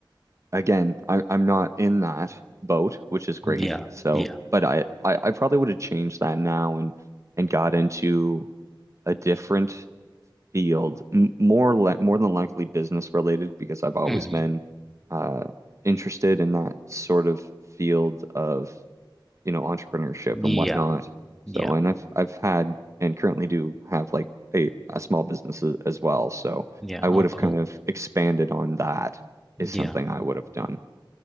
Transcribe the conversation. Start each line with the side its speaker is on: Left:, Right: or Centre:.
Right: again, I, I'm not in that boat, which is great.
Centre: Yeah,
Right: So,
Centre: yeah.
Right: but I, I, I probably would have changed that now and and got into a different field, m more le more than likely business related because I've always
Centre: hmm
Right: been uh, interested in that sort of field of, you know, entrepreneurship
Centre: Yeah,
Right: and whatnot.
Centre: So, yeah,
Right: So,
Centre: so
Right: and I've I've had and currently do have like a, a small business a- as well. So
Centre: yeah.
Right: I would
Centre: Oh,
Right: have
Centre: cool.
Right: kind of expanded on that
Centre: Yeah.
Right: is something I would have done.